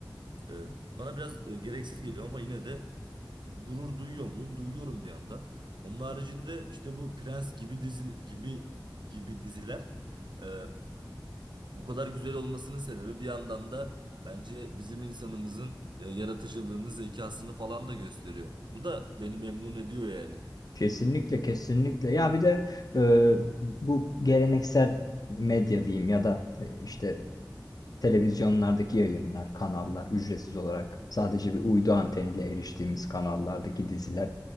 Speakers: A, on the right; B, on the left.
A: E, bana biraz e, gereksiz geliyor ama yine de gurur duyuyor muyum? Duyuyorum bir yandan. Onun haricinde işte bu Prens gibi dizi gibi gibi diziler e, bu kadar güzel olmasının sebebi bir yandan da bence bizim insanımızın e, yaratıcılığını, zekasını falan da gösteriyor. Bu da beni memnun ediyor yani.
B: Kesinlikle kesinlikle. Ya bir de e, bu geleneksel medya diyeyim ya da e, işte televizyonlardaki yayınlar, kanallar ücretsiz olarak sadece bir uydu anteniyle eriştiğimiz kanallardaki diziler